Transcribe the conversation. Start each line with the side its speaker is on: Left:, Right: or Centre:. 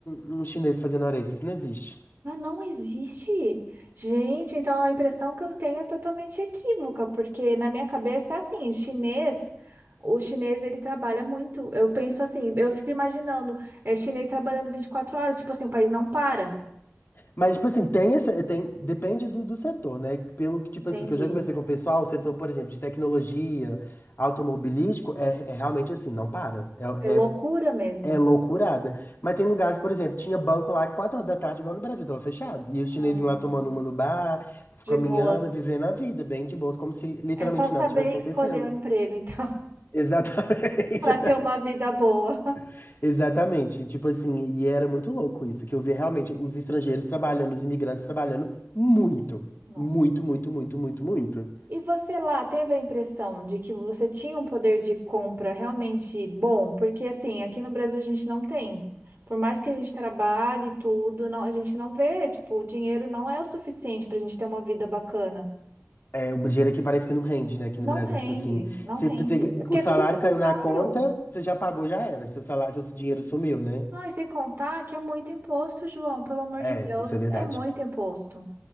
Left: um, um chinês fazendo hora extra, isso não existe.
Right: Ah, não existe. Gente, então a impressão que eu tenho é totalmente equívoca, porque na minha cabeça é assim, chinês, o chinês ele trabalha muito. Eu penso assim, eu fico imaginando, é chinês trabalhando 24 horas, tipo assim, o país não para.
Left: Mas, tipo assim, tem essa, tem, depende do, do setor, né? Pelo que, tipo
Right: Entendi.
Left: assim, que eu já conversei com o pessoal, o setor, por exemplo, de tecnologia, automobilístico, é, é realmente assim, não para. É,
Right: É loucura
Left: é
Right: mesmo.
Left: É loucurada. Mas tem lugares, por exemplo, tinha banco lá que 4 horas da tarde, igual no Brasil, tava fechado. E os
Right: Hum,
Left: chineses lá tomando uma no bar,
Right: de
Left: caminhando,
Right: boa.
Left: vivendo a vida, bem de boa, como se literalmente
Right: É só saber
Left: nada tivesse acontecendo.
Right: escolher o emprego, então,
Left: Exatamente.
Right: <laughs> para ter uma vida boa.
Left: <laughs> Exatamente. E, Tipo assim, e era muito louco isso, que eu via realmente os estrangeiros trabalhando, os imigrantes trabalhando muito.
Right: Nossa.
Left: Muito, muito, muito, muito, muito.
Right: E você lá teve a impressão de que você tinha um poder de compra realmente bom? Porque assim, aqui no Brasil a gente não tem. Por mais que a gente trabalhe e tudo, não, a gente não vê, tipo, o dinheiro não é o suficiente para a gente ter uma vida bacana.
Left: É, o dinheiro aqui parece que não rende, né, aqui
Right: Não
Left: no Brasil.
Right: rende,
Left: Tipo assim,
Right: não
Left: você,
Right: rende.
Left: você-
Right: É porque
Left: o
Right: é
Left: salário
Right: tudo muito
Left: caiu
Right: caro.
Left: na conta, você já pagou, já era. Seu salário, seu dinheiro sumiu, né?
Right: Não, e sem contar que é muito imposto, João, pelo amor
Left: É,
Right: de Deus,
Left: isso é verdade.
Right: é muito imposto.